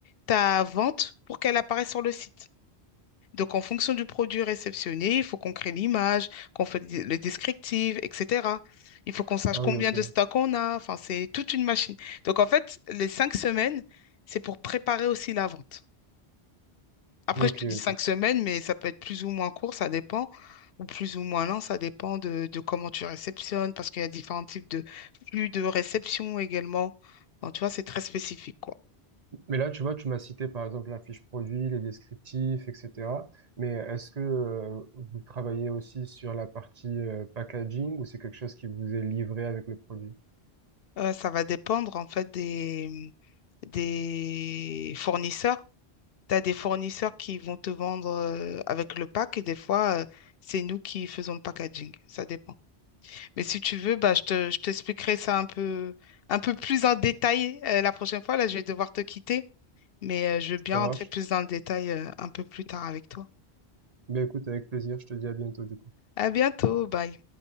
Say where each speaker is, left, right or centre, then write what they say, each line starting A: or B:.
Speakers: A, on the left; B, on the right.
A: ta vente pour qu'elle apparaisse sur le site. Donc, en fonction du produit réceptionné, il faut qu'on crée l'image, qu'on fait le descriptif, etc. Il faut qu'on sache
B: Ah
A: combien
B: oui, ok,
A: de stocks on a. Enfin, c'est toute une machine. Donc, en fait, les cinq semaines, c'est pour préparer aussi la vente. Après,
B: ok,
A: je te dis cinq
B: ok.
A: semaines, mais ça peut être plus ou moins court, ça dépend, ou plus ou moins lent, ça dépend de, de comment tu réceptionnes, parce qu'il y a différents types de flux de réception également. Enfin, tu vois, c'est très spécifique, quoi.
B: Mais là, tu vois, tu m'as cité par exemple la fiche produit, les descriptifs, etc. Mais est-ce que euh, vous travaillez aussi sur la partie euh, packaging ou c'est quelque chose qui vous est livré avec le produit?
A: Euh, ça va dépendre, en fait, des, des fournisseurs. Tu as des fournisseurs qui vont te vendre euh, avec le pack et des fois, euh, c'est nous qui faisons le packaging. Ça dépend. Mais si tu veux, bah, je te, je t'expliquerai ça un peu, un peu plus en détail euh, la prochaine fois. Là, je vais devoir te quitter. mais euh, je veux bien
B: Ça marche?
A: entrer plus dans le détail euh, un peu plus tard avec toi.
B: Ben écoute, avec plaisir, je te dis à bientôt du coup.
A: À bientôt, bye.